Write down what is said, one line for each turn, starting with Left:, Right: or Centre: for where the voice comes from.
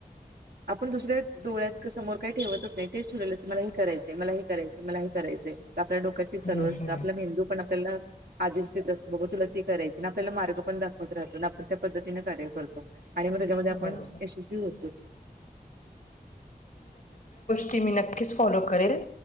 Right: आपण दुसऱ्या डोळ्यात समोर काही ठेवत नाही तेच ठरवलंच मला हे करायचं मलाही करायचं मलाही करायचंय. आपल्या डोक्यात तेच चालू
Left: हम्म
Right: असत
Left: हम्म
Right: आपला मेंदू पण आपल्याला आदेश देत असतो बाघ तुला तेी करायची ना आपल्याला मार्ग पण दाखवत राहतो ना आपण त्या पद्धतीने कार्य करतो. आणि मग त्यामध्ये आपण
Left: बरोबर.
Right: यशस्वी होतोच.
Left: की मी नक्कीच फॉलो करेल